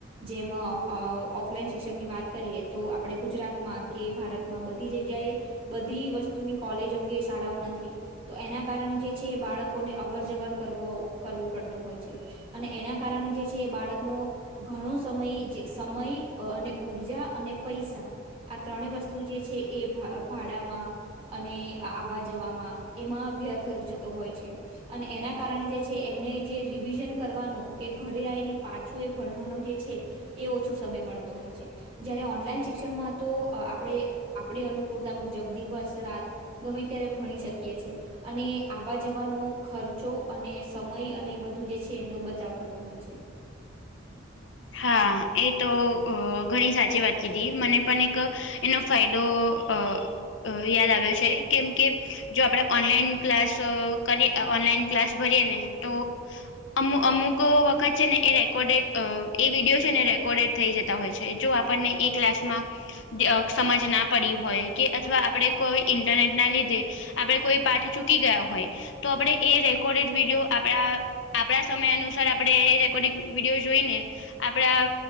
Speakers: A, on the right; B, on the left.
A: જેમાં ઓફલાઈન શિક્ષણ ની વાત કરીએ તો આપડે ગુજરાતમાં. કે ભારતમાં બધી જગ્યા એ બધી વસ્તુની કોલેજો કે શાળાઓ નથી. તો એના કારણે જે છે બાળકોને અવર જવર કરવો કરવું પડતું હોય છે. અને એના કારણે જે છે બાળકનો. ઘણો સમય જે સમય અને ઉર્જા અને પૈસા. આ ત્રણેય વસ્તુ જે છે એ ભાડામાં. અને આવવા જવામાં એમાં વ્યર્થ જતો હોય છે. અને એના કારણે જે છે એમને જે રિવિઝન કરવાનું કે ઘરે આવીને પાછું એ ભણવાનું જે છે. એ ઓછો સમય મળતો હોય છે જયારે ઓનલાઈન શિક્ષણમાં. તો આપણે આપણી અનુકૂળતા મુજબ દિવસ રાત ગમે ત્યારે ભણી શકીએ છે. અને આવવા જવાનો ખર્ચો અને સમય અને બધું જે છે એનો બચાવ થતો હોય છે.
B: હા એ તો ઘણી સાચી વાત કીધી મને પણ એક. એનો ફાયદો અ. અ યાદ આવ્યો છે કેમ કે જો આપણે ઓનલાઈન ક્લાસ કરીએ. ઓનલાઈન ક્લાસ ભરીએ ને તો. અમુક અમુક વખત છે ને એ રેકોર્ડેડ અ. એ વિડીયો છેને રેકોર્ડેડ થઈ જતા હોય છે જો આપણને એ ક્લાસમાં. સમજ ના પડી હોય કે અથવા આપણે કોઈ ઇન્ટરનેટ ના લીધે આપણે કોઈ પાઠ. ચૂકી ગયા હોય તો આપડણે એ રેકોર્ડેડ વિડીયો. આપણા આપણા સમય અનુસાર આપણે એ રેકોર્ડિંગ વિડીયો જોઈ ને. આપણા